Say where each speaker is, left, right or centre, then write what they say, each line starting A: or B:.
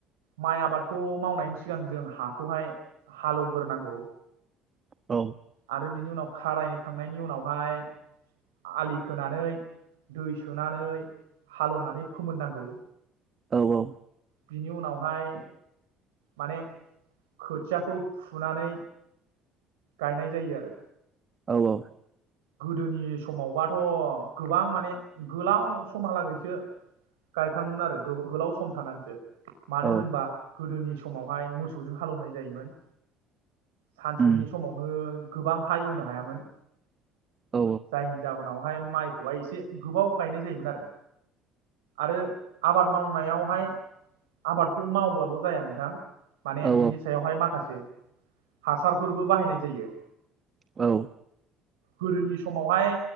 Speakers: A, on the right; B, on the right.
A: माइ आबादखौ मावनायनि सिगां जों हाखौहाय हालौवग्रोनांगौ।
B: औ
A: आरो बिनि उनाव खारायखांनायनि उनावहाय आलि खोनानै दै सोनानै हालौनानै फोमोननांगौ।
B: औ औ
A: बिनि उनावहाय माने खोथियाखौ फुनानै गायनाय जायो आरो
B: औ औ
A: गोदोनि समावबाथ' गोबां माने गोलाव समहालागैसो गायखाङोमोन आरो गोलाव सम थानानैसो मानो
B: औ
A: होनबा गोदोनि समावहाय मोसौजों हालौनाय जायोमोन। सानसेनि
B: उम
A: समावनो गोबां हा एवनो हायामोन।
B: औ
A: जायनि जाहोनावहाय माइ खौहाय एसे गोबाव गायनाय जायोमोन आरो आरो आबाद मावनायावहाय आबादखौ मावबाल' जाया नोंथां। माने
B: औ
A: बिनि सायावहाय माखासे हासारफोरबो बाहायनाय जायो।
B: औ
A: गोदोनि समावहाय